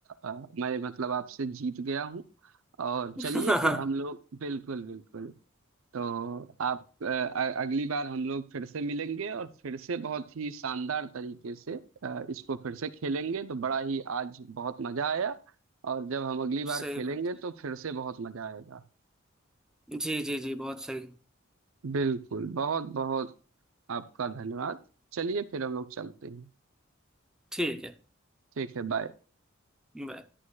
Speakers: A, on the right (about 70°); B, in the centre.
A: आ, मैं मतलब आपसे जीत गया हूँ और
B: <laughs>
A: चलिए
B: हम्म,
A: फिर हम लोग बिल्कुल बिल्कुल तो आप अ, अ- अगली बार हम लोग फिर से मिलेंगे और फिर से बहुत ही शानदार तरीके से अ, इसको फिर से खेलेंगे तो बड़ा ही आज बहुत मजा आया और जब हम अगली बार
B: सही
A: खेलेंगे
B: बात
A: तो फिर से बहुत मजा आएगा
B: जी जी जी बहुत सही
A: बिल्कुल बहुत बहुत आपका धन्यवाद चलिए फिर हम लोग चलते हैं
B: ठीक है
A: ठीक है बाय
B: बाय